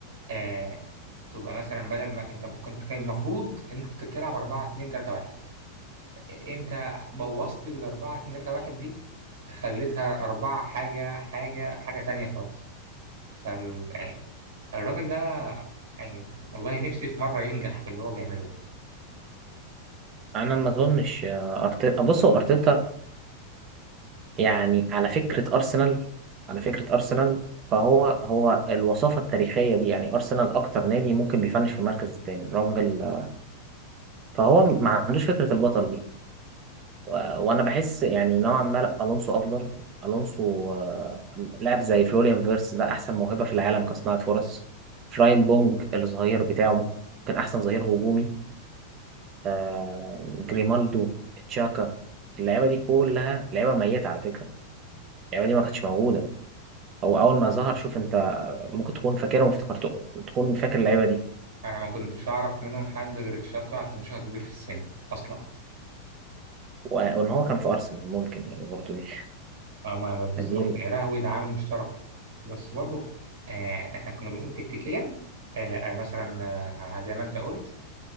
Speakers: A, on the right; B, on the right.
A: آه تبقى مثلا بدل ما أنت ممكن كان المفروض إنك كنت بتلعب 4 2 3 1 أنت بوظت ال 4 2 3 1 دي خليتها 4 حاجة حاجة حاجة تانية خالص فال يعني الراجل ده يعني والله نفسي في مرة ينجح في اللي هو بيعمله
B: انا ما اظنش آه، ارتيتا بص هو ارتيتا يعني على فكره ارسنال على فكره ارسنال فهو هو الوصافه التاريخيه دي يعني ارسنال اكتر نادي ممكن بيفنش في المركز الثاني راجل آه، فهو ما عندوش فكره البطل دي و- وانا بحس يعني نوعا ما لأ، الونسو افضل الونسو آه، لاعب زي فلوريان فيرس ده احسن موهبه في العالم كصناعه فرص فراين بونج الظهير بتاعه ممكن احسن ظهير هجومي آه جريمالدو تشاكا اللعيبه دي كلها لعيبه ميته على فكره اللعيبه دي ما كانتش موجوده هو اول ما ظهر شوف انت ممكن تكون فاكرهم افتكرته تكون فاكر اللعيبه دي
A: انا ما كنتش اعرف منهم حد غير تشاكا عشان تشاكا كبير في السن اصلا
B: و- وان هو كان في ارسنال ممكن يعني برضو دي
A: اه ما ما- بالظبط
B: <laughs> دي ال-
A: يا لهوي ده عامل مشترك بس برضه آه احنا كنا بنقول تكتيكيا آه آه، مثلا آه زي ما انت قلت